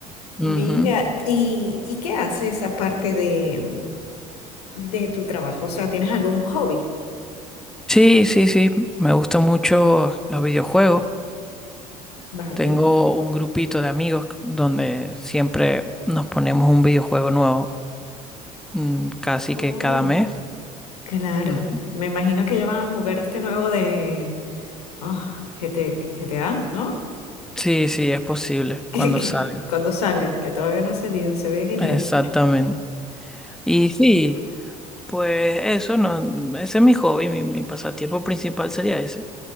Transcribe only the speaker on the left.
Mira,
¿y, y qué haces aparte de, de tu trabajo? O sea, ¿tienes algún hobby?
Vale.
Oh,
claro.
Me imagino que ya van a jugar este nuevo de ah, GT GTA, ¿no?
<laughs> Que-
que-
cuando salga, que todavía no ha salido, se ve genial.